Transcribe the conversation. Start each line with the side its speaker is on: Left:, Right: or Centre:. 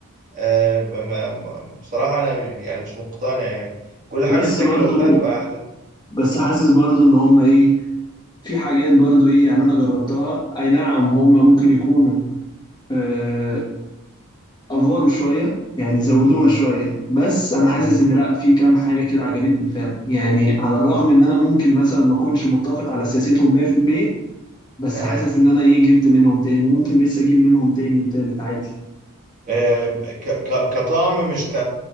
Right: آه ب- ما- ما- بصراحة انا يعني مش مقتنع يعني كل حاجة
Left: بس
Right: تتاكل
Left: برضو
Right: لوحدها تبقى احلى
Left: بس حاسس برضو ان هم ايه في حاجات برضو ايه يعني انا جربتها اي نعم هم ممكن يكونوا آه افوروا شوية يعني زودوها
Right: امم
Left: شوية بس انا حاسس
Right: إمم،
Left: ان لا في كام حاجة كده عجبتني فعلا يعني على الرغم ان انا ممكن مثلا ما اكونش متفق على سياستهم 100% بس
Right: تمام
Left: حاسس ان انا ايه جبت منهم تاني وممكن لسه اجيب منهم تاني وتالت عادي
Right: آم، ك- ك- كطعم مش ك